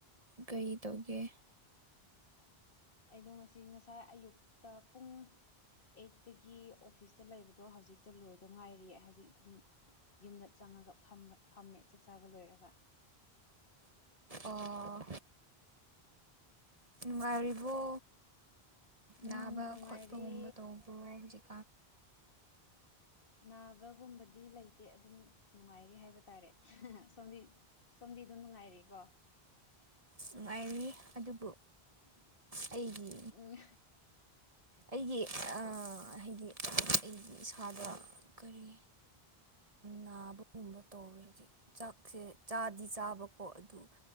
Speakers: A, on the right (about 35°); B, on the left (about 60°).
A: ꯀꯔꯤ ꯇꯧꯒꯦ
B: ꯑꯩꯗꯣ ꯉꯁꯤ ꯉꯁꯥꯏ ꯑꯌꯨꯛꯇ ꯄꯨꯡ ꯑꯩꯠꯇꯒꯤ ꯑꯣꯐꯤꯁꯇ ꯂꯩꯕꯗꯣ ꯍꯧꯖꯤꯛꯇ ꯂꯣꯏꯗ ꯉꯥꯏꯔꯤ ꯍꯧꯖꯤꯛ ꯑꯗꯨꯝ ꯌꯨꯝꯗ ꯆꯪ ꯉꯒ ꯐꯝꯕ ꯐꯝꯃꯦ ꯆꯥꯛ ꯆꯥꯕ ꯂꯣꯏꯔꯒ
A: ꯑꯣ ꯅꯨꯡꯉꯥꯢꯔꯤ ꯕ꯭ꯔꯣ
B: ꯎꯝ
A: ꯅꯥꯕ
B: ꯅꯨꯡꯉꯥꯏꯔꯤ
A: ꯈꯣꯠꯄꯒꯨꯝꯕ ꯇꯧꯕ꯭ꯔꯣ ꯍꯧꯖꯤꯛ
B: ꯅꯥꯕꯒꯨꯝꯕꯗꯤ ꯂꯩꯇꯦ ꯑꯗꯨꯝ ꯅꯨꯡꯉꯥꯏꯔꯦ ꯍꯥꯏꯕ ꯇꯥꯔꯦ ꯁꯣꯝꯗꯤ ꯁꯣꯝꯗꯤ ꯑꯗꯨꯝ ꯅꯨꯡꯉꯥꯏꯔꯤꯀꯣ
A: ꯅꯨꯡꯉꯥꯏꯔꯤ ꯑꯗꯨꯕꯨ ꯑꯩꯒꯤ
B: ꯎꯝ
A: ꯑꯩꯒꯤ ꯑꯥ ꯍꯥꯏꯗꯤ ꯑꯩꯒꯤ ꯏꯁꯥꯗ ꯀꯔꯤ ꯅꯥꯕꯒꯨꯝꯕ ꯇꯧꯔꯦ ꯍꯧꯖꯤꯛ ꯆꯥꯛꯁꯦ ꯆꯥꯗꯤ ꯆꯥꯕꯀꯣ ꯑꯗꯨ